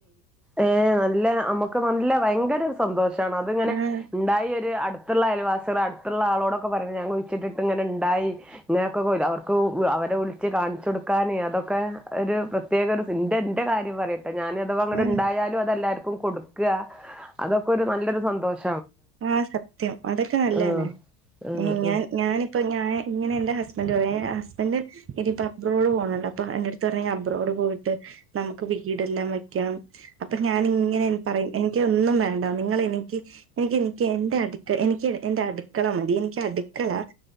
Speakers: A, in the centre; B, on the right.
A: ഏ് നല്ല നമുക്ക് നല്ല ഭയങ്കര സന്തോഷണ് അങ്ങനെ
B: ആഹ്
A: ഉണ്ടായി അടുത്തുള്ള അയലവാസികൾ അടുത്തുള്ള ആളോടൊക്കെ പറയഞ് ഞങ്ങൾ കുയിച്ചിട്ടിട്ട് ഇങ്ങനെ ഉണ്ടായി ഇങ്ങനെയൊക്കെ അവർക്ക് അവരെ വിളിച്ച് കാണിച്ചു കൊടുക്കന് അതൊക്കെ ഒരു പ്രത്യേക ഒരു സി എന്റെ കാര്യം പറയട്ടെ ഞാനിത് അഥവാ
B: ആഹ്
A: ഇണ്ടായാലും അതല്ലും കൊടുക്ക അതൊക്കെ നല്ലൊരു സന്തോഷം
B: ആ സത്യം അതൊക്കെ നല്ലന്നെ
A: ആഹ് ആഹ്
B: ഞാൻ ഞാനിപ്പോ ഞൻ ഇങ്ങനെ എന്റെ ഹസ്ബന്റ് ഹസ്ബന്ഡറ് ഇനിയിപ്പ അബ്രോഡ് പോകണണ്ടോ അപ്പൊ എന്റെറ അടുത്ത് പറ അബ്രോഡ് പോയിട്ട് നമുക്ക് വീടെല്ലാം വെക്കണം അപ്പൊ ഞാനിങ്ങനെ പറയും എ ഒന്നും വേണ്ട നിങ്ങള എനിക്ക് എനിക്ക് എനിക്ക് എന്റെ അടുക്ക എനിക്ക് എന്റെ അടുക്കള മതി എനിക്ക് അടുക്കള